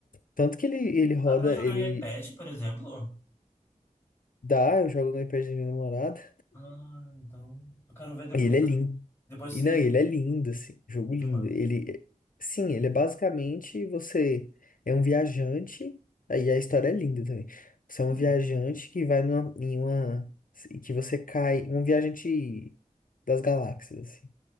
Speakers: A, on the left; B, on the left.
A: Tanto que ele, ele roda,
B: Dá pra jogar
A: ele
B: em iPad, por exemplo?
A: dá, eu jogo no iPad da minha namorada.
B: Ah, então. Eu quero ver depois.
A: E ele é
B: eu
A: lindo.
B: quero- Depois
A: E
B: se
A: não, ele é lindo, assim. Jogo lindo.
B: me manda.
A: Ele. Sim, ele é basicamente você é um viajante. Aí a história é linda também. Você é
B: <laughs>
A: um viajante que vai numa, em uma. e Que você cai. Um viajante das galáxias, assim.